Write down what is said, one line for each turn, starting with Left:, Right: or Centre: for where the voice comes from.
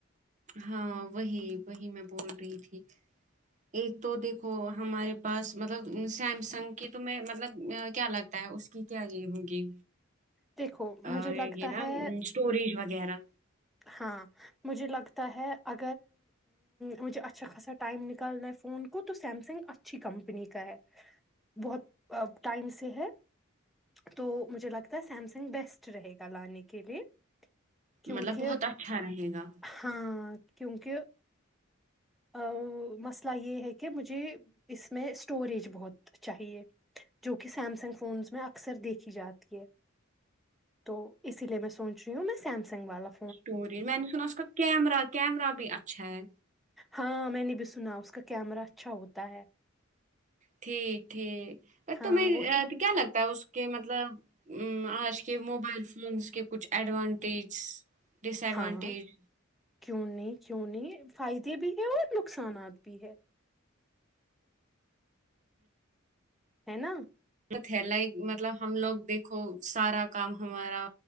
Right: ہاں وہی وہی میں بول رہی تھی ایک تو دیکھو ہمارے پاس مطلب سیمسنگ کی تو میں مطلب کیا لگتا ہے اس کی کیا یہ ہوگی
Centre: دیکھو
Right: اور
Centre: مجھے لگتا
Right: یہ نا
Centre: ہے
Right: اسٹوریج وغیرہ
Centre: ہاں مجھے لگتا ا مجھ اھ ٹ ف کو تو سیسنگ اچھی کنی کا بہت ٹ سے ہے تو مجھ ل سیمسنگ بیسٹ رہے گا لانے کے لیے کیونکہ
Right: مطلب بہت اچھا رہے گا
Centre: ہاں کیونکہ ا مسئلہ یہ ہے کہ مجھے اس میں اسٹوریج بہت چاہیے جو کہ سیمسنگ فونس میں اکثر دیکھی جاتی ہے تو اسی لیے میں سوچ رہی ہوں میں سیمسنگ والا ہ
Right: اسٹوریج میں نے سنا اس کا کیمرہ کیمرہ بھی اچھا ہے
Centre: ہاں میں نے بھی سنا اس کا کیمرہ اچھا ہوتا ہے
Right: ٹھیک ٹھیک اور
Centre: ہاں
Right: تیں
Centre: وہ
Right: کیا لگتا تو اس کے مطلب ا آج کے موبائل فونس کے کچھ ایڈوانٹیج ڈس ایڈوانٹیج
Centre: ہاں کیوں نہیں کیوں نہیں فائدے بھی ہے اور نقصانات بھی ہے ہے نا
Right: ہے لائک مطلب ہم لوگ دیکھو سارا کام ہمارا